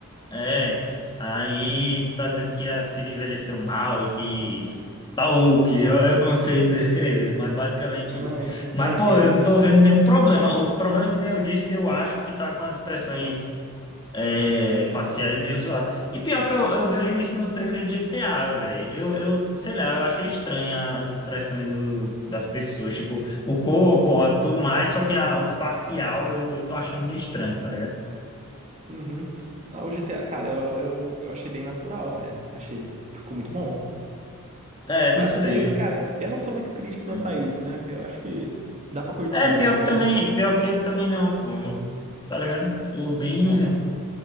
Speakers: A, on the left; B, on the right.
A: É, aí tá dizendo que a Siri envelheceu mal e que isso- tá o que eu, eu não sei <laughs> descrever, mas basicamente
B: Eu Não,
A: isso.
B: ent-
A: Mas,
B: eu entendo,
A: pô, eu
B: entendi.
A: não tô vendo nenhum problema. O problema é que nem eu disse, eu acho que tá com as expressões é, faciais meio zoadas. E pior que eu, eu vejo isso no trailer de GTA, velho. Eu, eu, sei lá, eu achei estranha as expressões do, das pessoas, tipo, o corpo, ó, tudo mais, só que a- o facial eu, eu tô achando meio estranho, tá ligado?
B: Uhum. Ah, o GTA, cara, eu, eu, eu achei bem natural, velho. Achei. Ficou muito bom.
A: É, não
B: Mas
A: sei.
B: eu também,
A: eu-
B: cara, eu não sou muito crítico quanto
A: uhum.
B: a isso, né? Eu acho que dá pra curtir
A: É,
B: o jogo
A: pior
B: sem.
A: que também, pior que eu também não, pô, eu, tá ligado? Eu bem,
B: Aham.